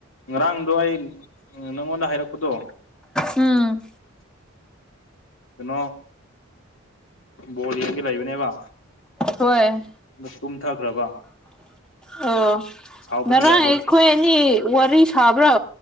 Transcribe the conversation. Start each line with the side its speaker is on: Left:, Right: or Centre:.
Left: ꯉꯔꯥꯡꯗꯣ ꯑꯩ ꯅꯪꯉꯣꯟꯗ ꯍꯥꯢꯔꯛꯄꯗꯣ
Centre: ꯎꯝ
Left: ꯀꯩꯅꯣ ꯕꯣ ꯌꯦꯡꯒꯤ ꯂꯩꯕꯅꯦꯕ
Centre: ꯍꯣꯢ
Left: ꯇꯨꯝꯊꯈ꯭ꯔꯕ
Centre: ꯑꯣ
Left: ꯁꯥꯎꯕꯗꯤ
Centre: ꯉꯔꯥꯡ
Left: ꯌꯥꯗꯦ
Centre: ꯑꯩꯈꯣꯢ ꯑꯅꯤ ꯋꯥꯔꯤ ꯁꯥꯕ꯭ꯔꯣ